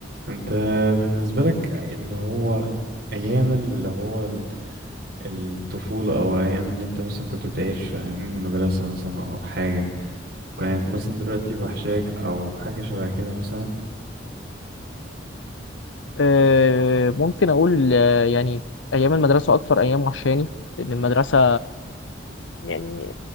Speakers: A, on the right (about 50°); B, on the left (about 80°).
A: انت بالنسبة لك اللي هو ايام اللي هو ال- الطفولة او ايام اللي انت مثلا كنت بتعيش في ايام المدرسة مثلا او حاجة كانت مثلا دلوقتي وحشاك او حاجة شبه كده مثلا
B: آه، ممكن أقول آه، يعني أيام المدرسة أكثر أيام وحشاني لأن المدرسة يعني